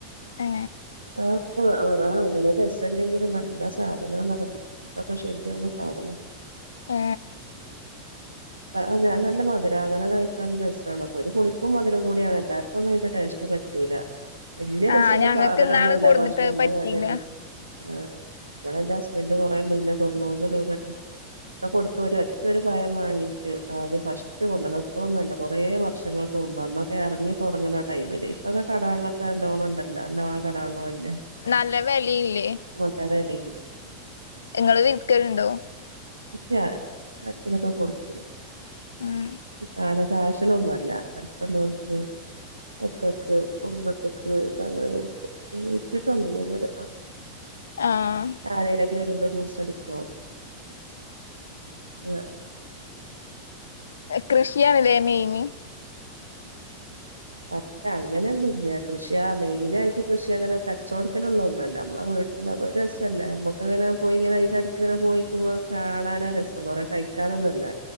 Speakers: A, on the left; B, on the right.
A: ആ
B: <unintelligible> ആ അങ്ങനെ രസല്ലിങ്കിലും നല്ല സാധനാനതെന്ന് രക്തമൊക്കെ ശുദ്ധിയാവണ സാധനം
A: ആ
B: ആ അതെ നല്ല മധുരാ അങ്ങനെ കഴി ക്കാൻ രസമാണ് അപ്പൊ ഒരു പുളിപ്പും മധുരം കൂടിയാണ് എല്ലാർക്കും ഒന്നും അതിന്റെ ടേസ്റ്റ് പറ്റൂല വലിയ
A: ആഹ്
B: രസമുള്ള
A: ഞങ്ങക്ക്
B: സാധനം
A: ഇന്നാള്
B: ഒന്നും അല്ല
A: കൊടുന്നിട്ട്
B: പക്ഷെ നല്ല
A: പറ്റീല്ല
B: വെലയാണ് ആ ഇവിടെ എന്റെ ഹസ്ബന്റ് കൊറേ മുന്നേ തൊണ്ണൂറ് രൂപ മറ്റോ കൊടുത്ത് ഒരു ഒറ്റൊരു പഴം വാങ്ങീട്ട് ആദ്യം ഫസ്റ്റ് കൊണ്ടുവന്ന് ഇപ്പളൊന്നുമല്ല കുറേ വർഷങ്ങൾക്ക് മുമ്പ് അന്നൊക്കെ എറങ്ങി തുടങ്ങുന്ന ആ ടൈമില് ഇപ്പൊക്കെ കടകളിലൊക്കെ തോനെ ഉണ്ടല്ലോ എല്ലാ ആ കടകളിലും ആയില്ലേ
A: നല്ല വെലയില്ലേ
B: നല്ല വെലയുണ്ട്
A: നിങ്ങള് വിക്കലുണ്ടോ
B: കിട്ടിയ ആർക്കെങ്കിലുമൊക്കെ കൊടുക്കും കൊടുക്കും
A: ഉം
B: താന കാശിനൊന്നുമല്ല അടുത്തുള്ളവർക്ക് മക്കക്ക് കുടുംബത്തക്ക് ഒക്കെ അങ്ങനെ കൊടുക്കും അങ്ങനെ വിറ്റിട്ടൊന്നും ഇല്ല ഇതുവരെ
A: ആഹ്
B: ആരേലൊക്കെ വരുമ്പോ ജ്യൂസ് അടിക്കോ ആ
A: കൃഷിയാണിലേ മെയിന്
B: അല്ല അങ്ങനെയൊന്നുവില്ല കൃഷിയാ മെയിനായിട്ട് കൃഷി അങ്ങനെ കച്ചവടത്തിനുള്ള ഒന്നുമല്ല നമ്മള വീ ട്ടിൽ ഒരു രസല്ലേ നമ്മുക്കങ്ങനെ പോയി ഇങ്ങനെ അയിന്റടുത്ത് ഇങ്ങനെ പോയിക്കുമ്പോ കാണാനാ രസം കുറേ കഴി ക്കാനൊന്നുവല്ല